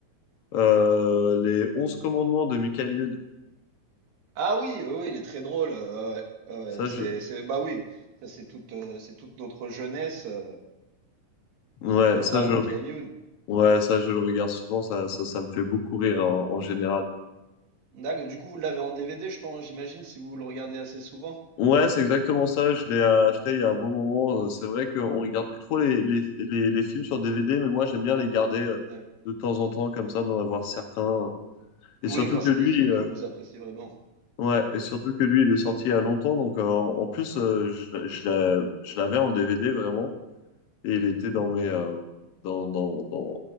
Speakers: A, on the left; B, on the right.
A: euh, les Onze commandements de Michael Youn.
B: Ah oui, oui, oui, il est très drôle. euh, ouais, ah ouais,
A: Ça,
B: c'est,
A: je...
B: c'est, bah oui, ça c'est toute, euh, c'est toute notre jeunesse, euh,
A: Ouais,
B: ce brave
A: ça, je
B: Michael
A: le... re-
B: Youn.
A: ouais, ça, je le regarde souvent, ça, ça, ça me fait beaucoup rire en en général.
B: D'accord, du coup, vous l'avez en DVD, je pense, j'imagine, si vous le regardez assez souvent.
A: Ouais, c'est exactement ça. Je l'ai acheté il y a un bon moment. Euh, C'est vrai qu'on regarde plus trop les, les, les, les films sur DVD, mais moi j'aime bien les garder euh,
B: D'accord.
A: de temps en temps comme ça, d'en avoir certains. euh. Et
B: Oui,
A: surtout
B: quand
A: que
B: c'est
A: lui,
B: des films
A: euh,
B: que vous appréciez vraiment.
A: ouais, et surtout que lui, il est sorti il y a longtemps. Donc euh, en en plus, euh, je, je l'a- je l'avais en DVD vraiment, et il était dans mes euh, dans, dans, dans,